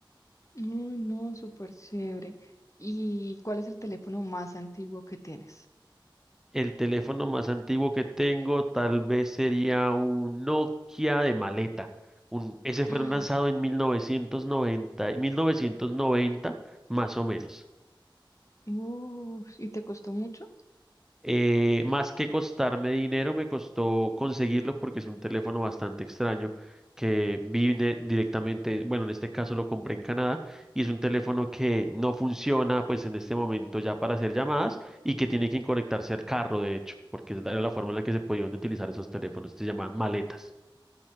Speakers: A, on the left (about 35°); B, in the centre.
A: Uy, no, súper chévere. ¿Y cuál es el teléfono más antiguo que tienes?
B: El teléfono más antiguo que tengo tal vez sería un Nokia de maleta. Un, ese
A: <gasps>
B: fue lanzado en 1990, 1990, más o menos.
A: Uf, ¿y te costó mucho?
B: Eh, más que costarme dinero, me costó conseguirlo porque es un teléfono bastante extraño que vine directamente, bueno, en este caso lo compré en Canadá y es un teléfono que no funciona pues en este momento ya para hacer llamadas y que tiene que conectarse al carro, de hecho, porque es la- era la forma en la que se podían utilizar esos teléfonos, se llamaban maletas.